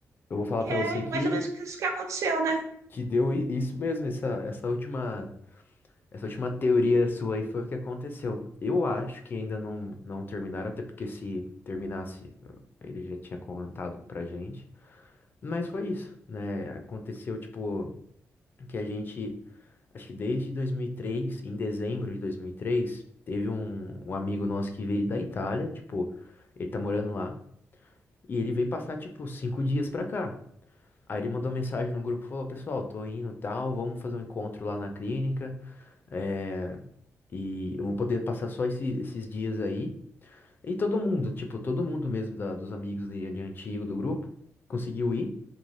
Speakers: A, on the left; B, on the right.
A: Eu vou falar pra
B: E é
A: você que,
B: mais ou menos isso que aconteceu, né?
A: que deu i- isso mesmo, essa, essa última, essa última teoria sua aí foi o que aconteceu. Eu acho que ainda não, não terminaram, até porque se terminasse, ele já tinha contado pra gente. Mas foi isso, né? Aconteceu, tipo. que a gente, acho que desde 2003, em dezembro de 2003, teve um, um amigo nosso que veio da Itália, tipo, ele tá morando lá, e ele veio passar, tipo, cinco dias pra cá. Aí ele mandou mensagem no grupo, falou, pessoal, tô indo, tal, vamos fazer um encontro lá na clínica, é, e eu vou poder passar só esse- esses dias aí. E todo mundo, tipo, todo mundo mesmo da- dos amigos dele, antigo do grupo, conseguiu ir.